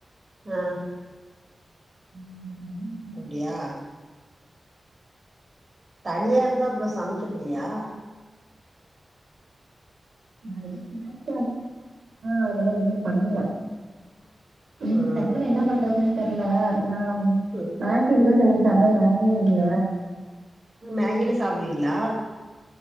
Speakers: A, on the right (about 45°); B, on the right (about 85°).
A: ஆ
B: உம் ம்
A: அப்பிடியா தனியா இருந்தா அப்புறம் சமைக்கறது இல்லையா
B: <unintelligible> அதனால ஒண்ணும் பண்ணல இன்னும்
A: ம்
B: டக்குன்னு என்ன பண்றதுன்னு தெரியல நான்
A: ம்
B: மனசு இருந்தா செஞ்சு சாப்பிடலாம் மனசும் இல்ல
A: மேகிலா சாப்பிடுவீங்களா